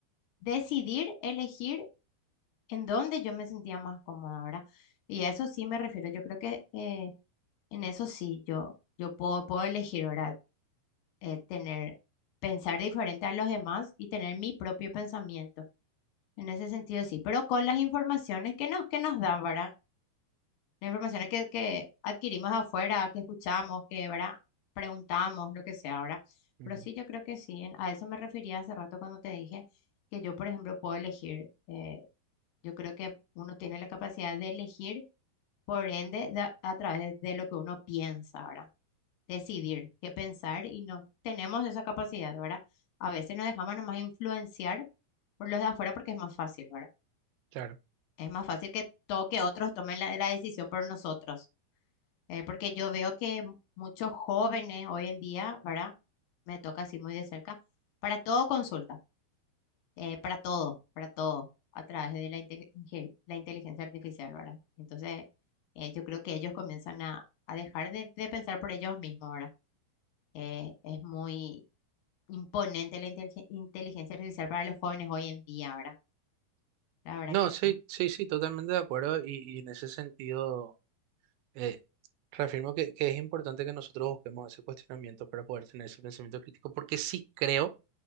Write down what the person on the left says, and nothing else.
decidir, elegir en donde yo me sentía más cómoda, ¿verdad? Y a eso sí me refiero. Yo creo que eh, en eso sí, yo, yo puedo, puedo elegir, ¿verdad? Eh, tener, pensar diferente a los demás y tener mi propio pensamiento. En ese sentido sí, pero con las informaciones que nos, que nos dan, ¿verdad? Las informaciones que, que adquirimos afuera, que escuchamos, que, ¿verdad? Preguntamos, lo que sea, ¿verdad?
Pero sí, yo creo que sí, en- a eso me refería hace rato cuando te dije que yo, por ejemplo, puedo elegir. eh, yo creo que uno tiene la capacidad de elegir, por ende, da- a través de lo que uno piensa, ¿verdad? Decidir qué pensar y no tenemos esa capacidad, ¿verdad? A veces nos dejamos nomás influenciar por los de afuera porque es más fácil, ¿verdad?
Es más fácil que, to- que otros tomen la, la decisión por nosotros. Eh, porque yo veo que mu- muchos jóvenes hoy en día, ¿verdad? Me toca así muy de cerca, para todo consulta eh, para todo, para todo, a través de la, inte- inge- la inteligencia artificial, ¿verdad? Entonces, eh, yo creo que ellos comienzan a, a dejar de, de pensar por ellos mismos, ¿verdad? Eh, es muy imponente la inteligen- inteligencia artificial para los jóvenes hoy en día, ¿verdad? La verdad
que
sí.